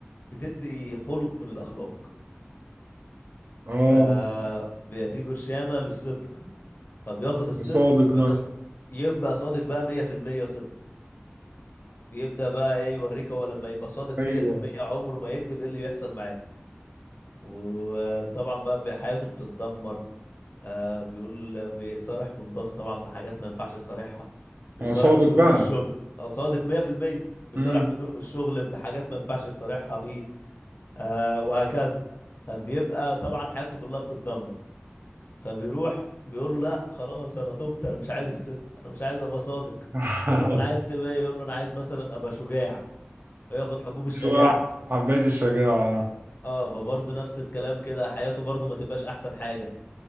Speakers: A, on the left; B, on the right.
A: بتدي خلق من الاخلاق
B: اه
A: ف بيبقى في برشامه للصدق فبياخد الصدق
B: صادق
A: بياخد
B: مثلا
A: يبقى صادق بقى 100% صدق بيبدأ بقى ايه يوريك هو لما يبقى صادق
B: ايوه
A: 100% عمره ما يكذب ايه اللي يحصل معاه وطبعا بقى بي- حياته بتتدمر آه بيقول بيصارح بمراته طبعا بحاجات ما ينفعش يصارحها بيصارح
B: ما هو صادق
A: مديره
B: بقى
A: في الشغل آه، صادق 100% بيصارح
B: امم
A: مديره في الشغل بحاجات ما ينفعش يصارحها بيه آه وهكذا فبيبقى طبعا حياته كلها بتتدمر فبيروح بيقول له لا خلاص انا تبت انا مش عايز الصدق انا مش عايز ابقى صادق
B: <laughs>
A: يقول له ما انا عايز تبقى ايه يقول له انا عايز مثلا ابقى شجاع فياخد حبوب الشجاعة
B: دي بقى حبيت الشجاعه
A: اه فبرضه نفس الكلام كده حياته برضه ما تبقاش احسن حاجة